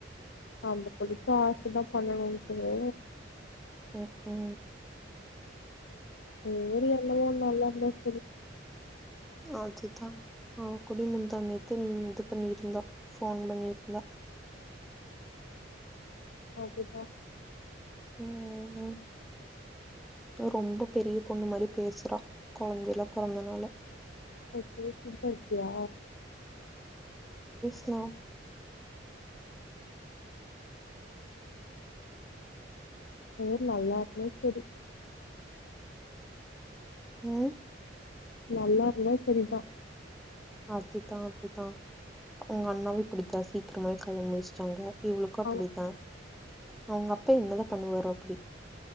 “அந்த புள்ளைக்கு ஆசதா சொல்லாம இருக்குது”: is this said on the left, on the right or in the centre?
Left